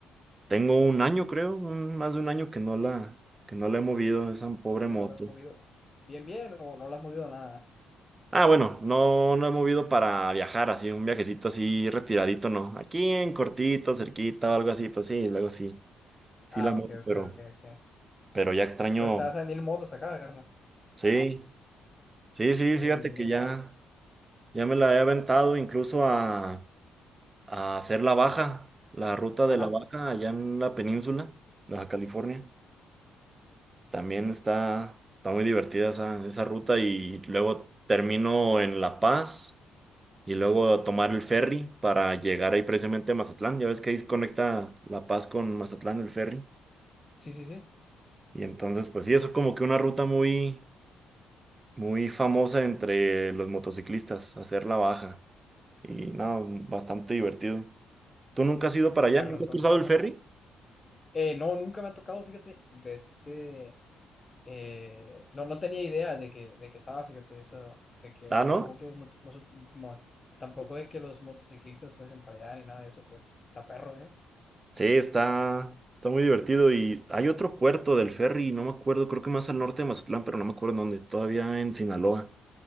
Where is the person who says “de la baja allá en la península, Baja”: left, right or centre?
Right